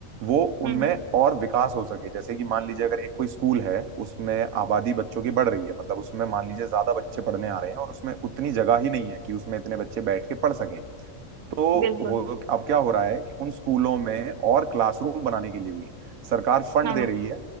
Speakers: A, on the right; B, on the right.
A: वो
B: हम्म
A: उनमें
B: हम्म
A: और विकास हो सके जैसे कि मान लीजिए अगर एक कोई स्कूल है उसमें आबादी बच्चों की बढ़ रही है मतलब उसमें मान लीजिए ज्यादा बच्चे पढ़ने आ रहे हैं और उसमें उतनी जगह ही नहीं है कि उसमें इतने बच्चे बैठ के पढ़ सकें तो
B: बिल्कुल
A: हो अब क्या हो रहा है कि उन स्कूलों में और क्लासरूम बनाने के लिए भी सरकार फंड
B: हाँ हाँ
A: दे रही है